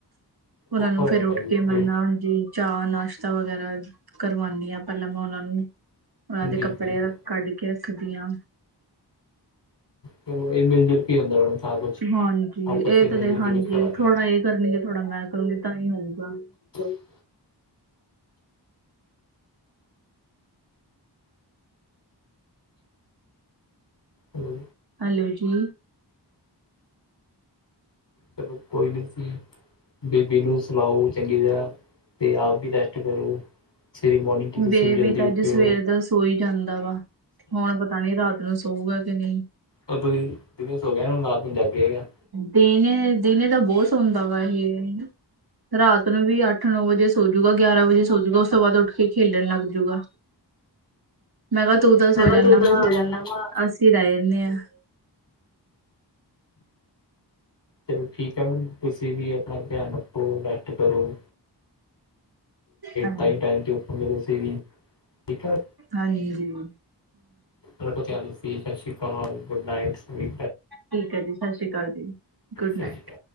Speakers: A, on the right; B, on the left.
A: ਉਹਨਾ
B: ਔਖਾ
A: ਨੂੰ
B: ਹੋ
A: ਫਿਰ
B: ਜਾਂਦਾ
A: ਉੱਠ
B: ਜੀ
A: ਕੇ
B: ਜੀ
A: ਮੈਂ ਨਾਲ, ਜੀ। ਚਾਹ, ਨਾਸ਼ਤਾ ਵਗੈਰਾ ਕਰਵਾਉਂਦੀ ਹਾਂ, ਪਹਿਲਾਂ ਮੈਂ ਉਹਨਾਂ ਨੂੰ, ਉਹਨਾਂ ਦੇ
B: ਜੀ
A: ਕੱਪੜੇ
B: ਜੀ
A: ਕੱਢ ਕੇ ਰੱਖਦੀ ਹਾਂ।
B: ਚਲੋ, ਇਹ ਮਿਲ-ਜੁਲ ਕੇ ਹੁੰਦਾ ਸਾਰਾ ਕੁਛ,
A: ਹਾਂਜੀ
B: ਆਪਸ
A: ਇਹ
B: ਚ'
A: ਤਾਂ
B: ਮਿਲ-ਜੁਲ
A: ਦੇ ਹਾਂਜੀ
B: ਕੇ ਕੁਛ ਕਰਾਂਗੇ।
A: ਥੋੜਾ ਇਹ ਕਰਨਗੇ ਥੋੜਾ ਮੈਂ ਕਰੂੰਗੀ ਤਾਂ ਹੀ ਹੋਊਗਾ
B: <unintelligible> ਹੇਲੋ
A: ਹੈਲੋ ਜੀ
B: ਚਲੋ, ਕੋਈ ਨੀ ਬੀਬੀ ਨੂੰ ਸੁਵੋਓ ਚੰਗੀ ਤਰਾਂ। ਤੇ ਆਪ ਵੀ ਰੈਸਟ ਕਰੋ। ਸਵੇਰੇ ਮੋਰਨਿੰਗ 'ਚ ਤੁਸੀਂ
A: ਬੇਬੀ
B: ਵੀ ਜਲਦੀ
A: ਤਾਂ
B: ਉੱਠਿਓ।
A: ਅੱਜ ਸਵੇਰ ਦਾ ਸੋਈ ਜਾਂਦਾ ਵਾ। ਹੁਣ ਪਤਾ ਪਤਾ ਨਹੀਂ ਰਾਤ ਨੂੰ ਸਊਗਾ ਕਿ ਨਈ।
B: ਉਹ ਤੁਸੀਂ ਦਿਨੇ ਸੋਵੇ ਹੋ ਗਾ ਰਾਤ ਨੂੰ ਜਾਗੇਗਾ।
A: ਦਿਨੇ-ਦਿਨੇ ਦਾ ਬਹੁਤ ਸੌਦਾ ਵਾ ਇਹੇ। ਰਾਤ ਨੂੰ ਵੀ ਅੱਠ-ਨੌ ਵਜੇ ਸੋਜੂਗਾ, ਗਿਆਰਾਂ ਵਜੇ ਸੋਜੂਗਾ। ਉਸ ਤੋਂ ਬਾਅਦ ਉੱਠ ਕੇ ਖੇਲਣ ਲੱਗ ਜੂਗਾ। ਮੈਂ ਕਿਹਾ ਤੂੰ ਤਾਂ ਸੋ
B: ਮੈਂ ਕਿਹਾ
A: ਜਾਂਦਾ
B: ਤੂੰ ਤਾਂ
A: ਵਾ।
B: ਸੋ ਜਾਂਦਾ ਵਾ
A: ਅਸੀਂ ਰਹਿ ਜਾਂਨੇ ਆ।
B: ਚਲੋ ਠੀਕ ਆ। ਮੈਡਮ ਤੁਸੀਂ ਵੀ ਆਪਣਾ ਧਿਆਨ ਰੱਖੋ, ਰੈਸਟ ਕਰੋ।
A: ਹਾਂਜੀ
B: ਟਾਈਮ ਤੇ ਉਠੋਗੇ ਤੁਸੀਂ ਵੀ ਠੀਕ ਆ?
A: ਹਾਜੀ-ਹੂੰ
B: ਸਤਿ ਸ਼ੀ ਕਾਲ ਗੁੱਡ ਨਾਈਟ। ਸਿ
A: ਠੀਕ ਹੈ ਜੀ, ਸਤਿ ਸ਼੍ਰੀ ਅਕਾਲ ਜੀ, ਗੁੱਡ
B: ਸ਼੍ਰੀ
A: ਨਾਈਟ।
B: ਅਕਾਲ